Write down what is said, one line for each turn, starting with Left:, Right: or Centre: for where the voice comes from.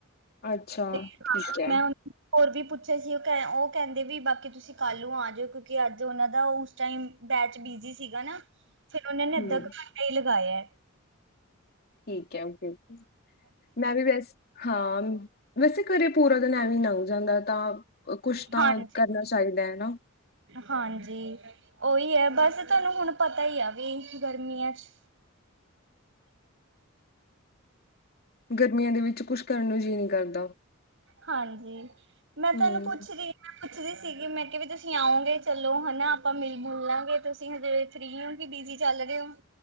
Left: ਅੱਛਾ
Right: ਤੇ ਹਾਂ
Left: ਠੀਕ ਹੈ
Right: ਮੈਂ ਉਹਨੂੰ ਹੋਰ ਵੀ ਪੁੱਛੇ ਸੀ, ਉਹ ਕ ਉਹ ਕਹਿੰਦੇ ਵੀ ਬਾਕੀ ਤੁਸੀਂ ਕੱਲ ਨੂੰ ਆ ਜਾਇਓ, ਕਿਉਂਕਿ ਅੱਜ ਉਹਨਾਂ ਦਾ ਉਸ ਟਾਇਮ ਬੈਚ ਬਿਜੀ ਸੀਗਾ, ਨਾ ਫੇਰ ਉਹਨਾ ਨੇ ਅੱਦਾ
Left: ਹਮ
Right: ਕੇ ਘੰਟਾਂ ਈ ਲਗਾਇਆ ਐ।
Left: ਠੀਕ ਐ ਓਕੇ- ਓਕੇ ਮੈਂ ਵੀ ਵੈਸੇ, ਹਾਂ ਵੈਸੇ ਘਰੇ ਪੂ ਪੂਰਾਂ ਦਿਨ ਐਂਵੇਂ ਈ ਲੰਘ ਜਾਂਦਾ, ਤਾਂ ਕੁੱਛ ਤਾਂ
Right: ਹਾਂਜੀ
Left: ਕਰਨਾਂ ਚਾਹੀਦਾ ਐ ਨਾ
Right: ਹਾਂਜੀ ਉਹੀਂ ਹੈ, ਬਸ ਤੁਹਾਨੂੰ ਹੁਣ ਪਤਾ ਹੀ ਐ ਵੀ ਗਰਮੀਆਂ ਚ
Left: ਗਰਮੀਆਂ ਦੇ ਵਿੱਚ ਕੁੱਛ ਕਰਨ ਨੂੰ ਜੀਅ ਨੀਂ ਕਰਦਾ।
Right: ਹਾਂਜੀ, ਮੈਂ
Left: ਹਮ
Right: ਤੁਹਾਨੂੰ ਪੁੱਛ ਰੀ ਪੁੱਛਦੀ ਸੀਗੀ, ਮੈਂ ਕਿਹਾ ਵੀ ਤੁਸੀਂ ਆਓਗੇ ਚਲੋ ਹਨਾ ਆਪਾਂ ਮਿਲ ਮੁਲ ਲਾਂਗੇ, ਤੁਸੀਂ ਹਜੇ ਫਰੀ ਹੋ ਕਿ, ਬਿਜੀ ਚੱਲ ਰਹੇ ਓ।